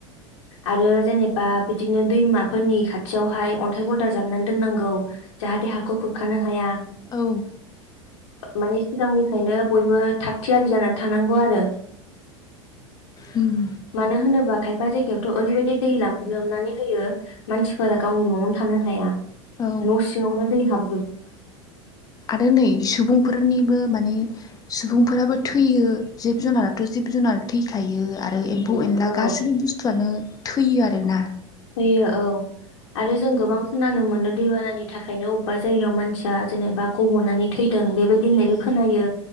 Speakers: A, on the left; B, on the left.
A: आरो जेनेबा बिदिनो दैमाफोरनि खाथियावहाय अन्थाइ बलदार जाबनानै दोननांगौ। जाहाथे हाखौ खुरखानो हाया।
B: औ
A: माने सिगांनिफ्रायनो बयबो थाग थियारि जानानै थानांगौ आरो।
B: उम
A: मानो होनोबा खायफ फा जायगायावथ' ओरैबायदि दैलाम लोमनानै होयो मानसिफोरा गावनि न'आवनो थानो हाया।
B: औ
A: न'सिंयावनो दै हाब
B: आरो नै सुबुंफोरनिबो मानि सुबुंफोराबो थैयो जिब जुनाराथ' जिब जुनार थैखायो आर आरो एम्फौ एनला
A: औ
B: गाैबो बुस्थुआनो थैयो आरोना‌।
A: होयो औ आरो जों गोबां खोनानो मोन नो दैबानानि थाखायनो अब्बा जायगायाव मानसिया जेनेबा गब'नानै थै दों बेबायदि होननायबो
B: ओं
A: खोनायो